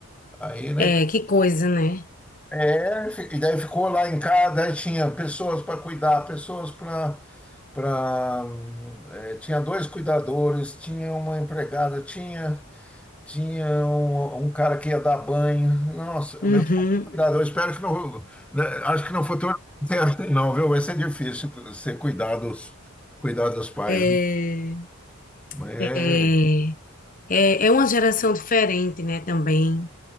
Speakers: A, in the centre; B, on the left.
A: Aí, né?
B: é, que coisa, né?
A: É, fi- e daí ficou lá em casa, daí tinha pessoas para cuidar, pessoas para para tinha dois cuidadores, tinha uma empregada, tinha tinha um, um cara que ia dar banho. Nossa,
B: Uhum.
A: meu Cuidado, eu espero que não. né, Acho que no futuro não tem, arte, não, viu? Vai ser difícil ser cuidados, cuidar dos pais,
B: É,
A: né? Mas É,
B: é, é, é uma geração diferente, né, também.